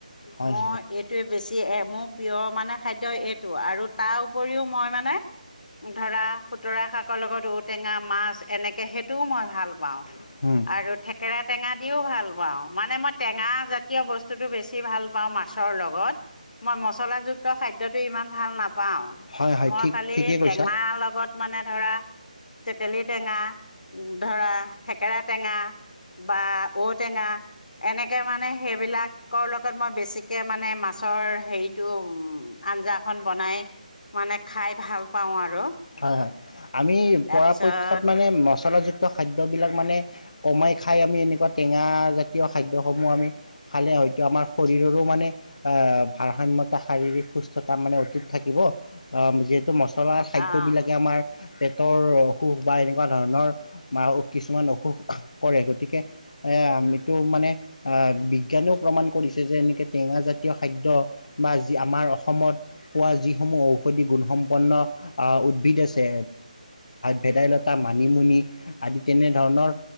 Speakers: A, on the left; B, on the left.
A: হয়
B: মই এইটোৱে বেছি। দিয়ে এ মোক প্ৰিয় মানে খাদ্য এইটো আৰু তাৰ উপৰিও মই মানে ধৰা খুতুৰা শাকৰ লগত ঔটেঙা মাছ এনেকে সেইটোও মই ভাল পাওঁ।
A: হয়
B: আৰু থেকেৰা টেঙা। দিও ভাল পাওঁ মানে মই টেঙা জাতীয় বস্তুতো বেছি ভাল পাওঁ মাছৰ লগত মই ম। মচলাযুক্ত খাদ্যটো ইমান ভাল নাপা পাও
A: হয় হয়
B: মই
A: ঠিক
B: খালি
A: ঠিকেই কৈছা
B: টেঙা লগত মানে ধৰা। তেটেলি টেঙা ধৰা। থেকেৰা টেঙা বা। ঔটেঙা এনেকে মানে সেইবিলাকৰ লগত মই বেছিকে মানে মাছৰ হেৰিত টো উম আঞ্জা খন বনাই মানে খাই ভাল পাওঁ আৰু
A: হয় হয় আমি
B: তাৰপিছত
A: পৰাপক্ষত মানে মচলাযুক্ত। খাদ্য বিলাক মানে কমাই খায় মানে টেঙা জাতীয় খাদ্য সমূহ আমি খালে হয়তো আমাৰ শৰীৰৰো মানে আ ভাৰসম্যতা শাৰীৰিক সুস্থতা মানে অধিক থাকিব যিহেতু ম চলা খাদ্য।
B: অ'
A: বিলাকে আমাৰ। পেটৰ অসুখ বা এনেকুৱা ধৰণৰ আহ কিছুমান অসুখ কৰে গতিকে এ এইটো মানে আহ বিজ্ঞানেও প্ৰমাণ কৰিছে যে এনেকে টেঙা জাতীয় খাদ্য বা যি আমাৰ অসমত পোৱা যিসমূহ ঔষধি গুণসম্পন্ন উদ্ভিদ আছে। ভেদাইলতা, মানিমুনি আদি তেনেধৰণৰ